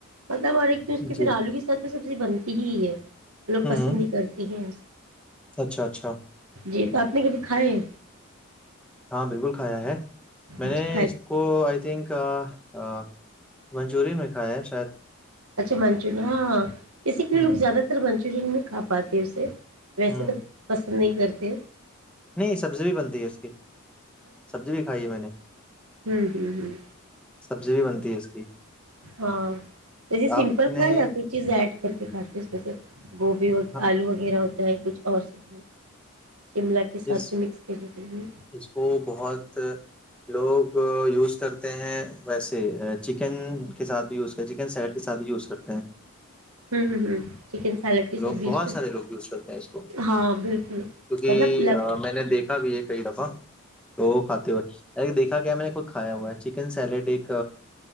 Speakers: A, on the right; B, in the centre.
A: مطلب اور ایک پھر اس کی
B: جی
A: ایک آلو کے ساتھ سبزی بنتی ہی ہے لوگ
B: ہوں
A: پسند
B: ہوں
A: ہی کرتے ہیں ہاں
B: اچھا اچھا
A: جی تو آپ نے کبھی کھائے ہیں
B: ہاں بالکل کھایا ہے میں
A: اچھا
B: نے
A: کھائے
B: اس کو آئی تھنک ہ منچورین بھی کھائے ہیں شاید
A: اچھا منچو ن ہاں اسی لیے
B: ہوں
A: لگ زیاد تر بن <inaudible> چرین میں کھا پاتے اسے ویسے
B: ہوں
A: تو بس پسند نہیں کرتے
B: نہیں سبزی بھی بنتی ہے اس کی سبزی بھی کھائی ہے میں نے
A: ہوں ہوں ہوں
B: سبزی بھی بنتی ہے اس کی
A: ہاں پ سمپل
B: آپ
A: کھائےیا
B: نے
A: کچ زیڈ <inaudible> کرھر کے کھاتے اس میں سے <inaudible> گوبھی
B: ہاں،
A: آلو وغیرہ ہو ہے کچھ اور سبزی شملہ کے ساتھ
B: اس
A: بھی مکس کرتیوں
B: اس کو بہت لوگ یوز کرتے ہیں ویسے چکن کے سات بھی وز کر چکن سیڈ کے سھ بھی وز سکتے ہیں
A: ہوں ہوں چکن سیلیڈ کے
B: لوگ
A: ساتھ بھی
B: بہت
A: اس کو
B: سارے لوگ یوز کرتے ہیں اس کو
A: ہاں بالکل
B: کیونکہ
A: مطلب لگ
B: میں نے دیکھا بھی ایک کئی دفعہ تو کھاتے ہوئے ارے دیکھا گ میں نے خود کھایا ہوا ہے چکن سیلیڈ ایک